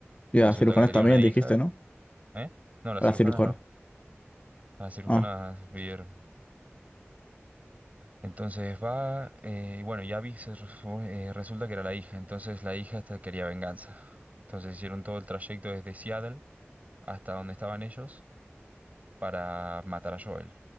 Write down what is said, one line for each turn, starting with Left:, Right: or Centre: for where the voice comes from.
Left: Y
Right: Y
Left: a
Right: resulta
Left: cirujanas
Right: que tenía
Left: también,
Right: una hija.
Left: dijiste, ¿no?
Right: ¿Eh? No, las
Left: a
Right: cirujanas
Left: la cirujana.
Right: no. Las cirujanas
Left: Ah.
Right: vivieron. Entonces va, eh, y bueno, ya Abby se re- fue, eh, resulta que era la hija. Entonces la hija esta quería venganza. Entonces hicieron todo el trayecto desde Seattle hasta donde estaban ellos para matar a Joel.